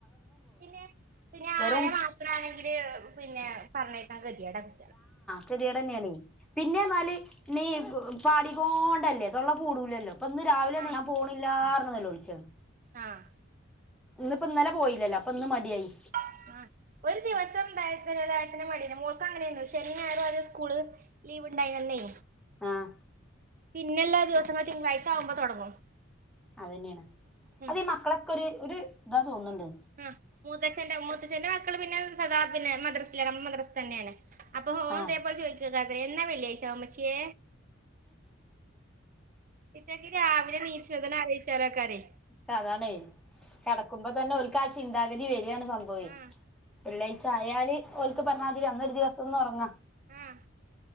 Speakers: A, on the right; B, in the centre.
A: പിന്നെ പിന്നെ
B: വെറും
A: ആയ മാത്ര ആണെങ്കില് പിന്നെ പറഞ്ഞയക്കാ ഗതിടെ കുട്ടികളെ
B: ഗെതിടെന്നണെ പിന്നെ ന്നാല് നീ പാടികൊണ്ടല്ലേ തൊള്ള പൂടൂലല്ലോ പ്പന്ന് രാവിലെന്നെ
A: ആഹ്
B: ഞാ പോണില്ലാർണ് നോലോൾചാണ്
A: ആഹ്
B: ഇന്ന് പ്പൊ ഇന്നലെ പോയില്ലല്ലോ അപ്പൊന്ന് മടിയായി
A: ആഹ് ഒരു ദിവസം ടയതിന് ടയത്തിന് മടിന്നെ മോൾക്ക് അങ്ങനെന്ന് ശനി ഞായർ ഒരു സ്കൂള് ലീവ് ണ്ടായ്നല്ലേ
B: ആഹ്
A: പിന്നെല്ലാ ദിവസങ്ങളു തിങ്കളാഴ്ച ആവുമ്പോ തൊടങ്ങും
B: അതെന്നെണ്
A: ഉം
B: അതീ മക്കളൊക്കെ ഒരു ഒരു ഇതാ തോന്ന്ണ്ട്
A: ആഹ് മൂത്തച്ഛന്റെ മൂത്തച്ഛന്റെ മക്കള് പിന്നെ സദാ പിന്നെ മദ്രസില്ണ് മദ്രസ് തന്നെണ് അപ്പൊ
B: ആഹ്
A: പോ ചോയ്ക്കാത്രെ എന്നാ വെള്ളി ആഴ്ച വാ ഉമ്മച്യേ ഇത്തെക്ക് രാവിലെ നീച്ച്ണത് ആലോയ്ച്നെകാരെ
B: പ്പ അതാണെ കടക്കുമ്പോ തന്നെ ഓ കാ ചിന്താഗതി വെരാണ് സംഭവെ
A: ആഹ്
B: വെള്ളിആഴ്ച അയാല് ഓൽ ക്ക് പറണാതിരി അന്നൊരു ദിവസോന്ന് ഒറങ്ങാ
A: ആഹ്